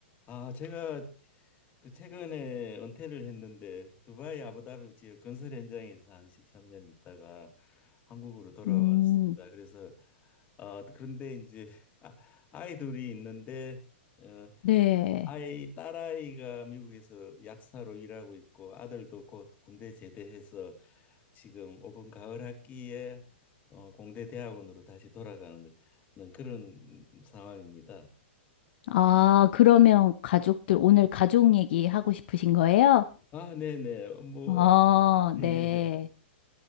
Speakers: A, on the left; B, on the left.
A: 아, 제가 그 최근에 은퇴를 했는데 두바이 아부다비 지역 건설 현장에서 한 13년 있다가 한국으로 음. 돌아왔습니다.
B: 음,
A: 그래서 어, 그런데 이제 아, 아이 둘이 있는데 어,
B: 네.
A: 아이 딸아이가 미국에서 약사로 일하고 있고 아들도 곧 군대 제대해서 지금 오번 가을 학기에 어, 공대 대학원으로 다시 돌아가는 그런 상황입니다.
B: 아, 그러면 가족들, 오늘 가족 얘기 하고 싶으신 거예요?
A: 아, 네네. 뭐
B: 아,
A: <laughs>
B: 네.
A: 예.